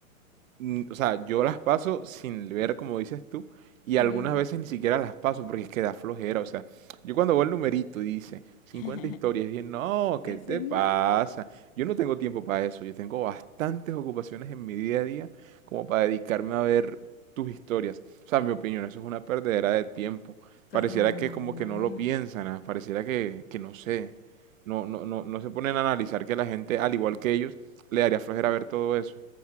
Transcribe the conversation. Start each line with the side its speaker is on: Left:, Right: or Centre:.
Right: mm, O sea, yo las paso sin ver, como dices tú, y
Left: Ujú.
Right: algunas veces ni siquiera las paso porque es que da flojera. O sea, yo cuando veo el numerito y dice 50
Left: <laughs>
Right: historias, bien, no,
Left: Tú
Right: ¿qué
Left: Dices,
Right: te pasa?
Left: no,
Right: Yo no tengo tiempo para eso. Yo tengo bastantes ocupaciones en mi día a día como para dedicarme a ver tus historias. O sea, en mi opinión, eso es una perdedera de tiempo.
Left: claro,
Right: Pareciera que como que no lo piensan, ah, Pareciera que, que no sé. No, no, no, no se ponen a analizar que la gente, al igual que ellos, le daría flojera ver todo eso.